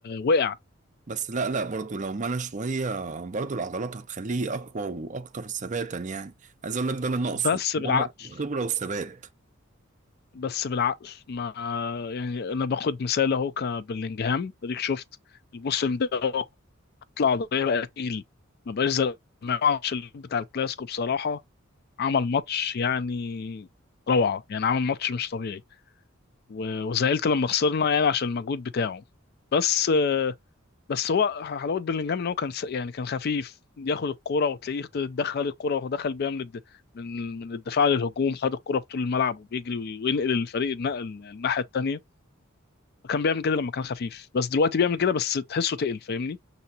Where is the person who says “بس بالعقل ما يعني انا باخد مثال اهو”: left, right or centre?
Left